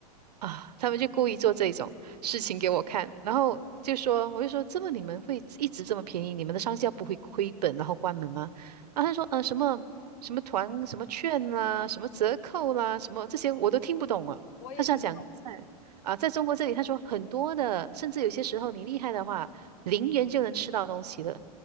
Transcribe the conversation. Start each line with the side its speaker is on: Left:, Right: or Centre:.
Right: 啊！他们就故意做这种事情给我看，然后就说，我就说，这么你们会一直这么便宜？你们的商家不会亏本然后关门吗？啊，他说，呃，什么什么团、什么券啦、什么折扣啦、什么这些我都听不懂啊。
Left: 我也听不懂。
Right: 他是要讲在啊，在中国这里，他说很多的，甚至有些时候你厉害的话，零元就能吃到东西了。